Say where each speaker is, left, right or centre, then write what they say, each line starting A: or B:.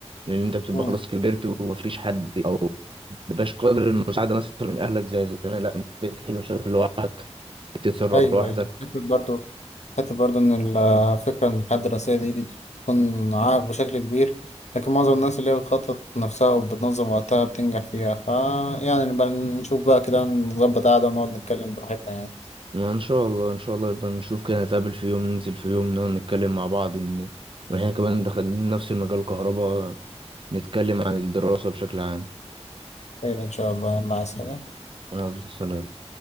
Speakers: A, on the right; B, on the left.
A: لان انت بتبقى
B: مم.
A: خلاص كبرت ومفيش حد او مبيبقاش قادر المساعدة مثلا من اهلك زي زمان لا انت بتحل مشاكل لوحدك بتتصرف
B: ايوه
A: لوحدك
B: يعني فكرة برضه حتى برضه إن الفكرة إن الحياة الدراسية دي بتكون عائق بشكل كبير لكن معظم الناس اللي هي بتخطط نفسها وبتنظم وقتها بتنجح فيها فا يعني نبقى نشوف بقى كده نظبط قعدة ونقعد نتكلم براحتنا يعني
A: ما ان شاء الله ان شاء الله يبقى نشوف كده نتقابل في يوم ننزل في يوم نقعد نتكلم مع بعض ان إن احنا كمان دخلنا نفس المجال كهرباء نتكلم عن الدراسة بشكل عام
B: خير إن شاء الله يلا عايز حاجة
A: يلا سلام